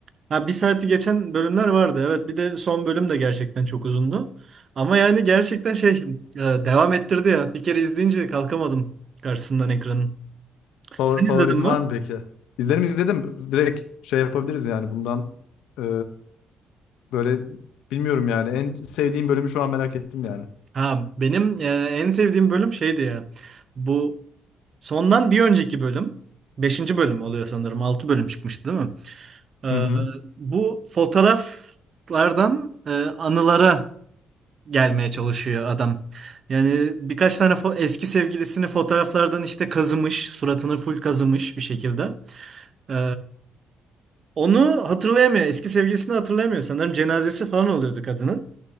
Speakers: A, on the right; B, on the left.
A: Ha, bir saati geçen bölümler vardı. Evet bir de son bölüm de gerçekten çok uzundu. Ama yani gerçekten şey e, devam ettirdi ya. Bir kere izleyince kalkamadım karşısından ekranın.
B: Favor-
A: Sen
B: Favorin
A: izledin mi?
B: var mı peki? İzledim izledim. Direkt şey yapabiliriz yani bundan e, böyle bilmiyorum yani. En sevdiğim bölümü şu an merak ettim yani.
A: Ha, benim e, en sevdiğim bölüm şeydi ya. Bu sondan bir önceki bölüm. Beşinci bölüm oluyor sanırım. Altı bölüm çıkmıştı değil mi? E,
B: Hı hı.
A: bu fotoğraflardan e, anılara gelmeye çalışıyor adam. Yani birkaç tane fo- eski sevgilisini fotoğraflardan işte kazımış. Suratını full kazımış bir şekilde. E, onu hatırlayamıyor. Eski sevgilisini hatırlayamıyor. Sanırım cenazesi falan oluyordu kadının.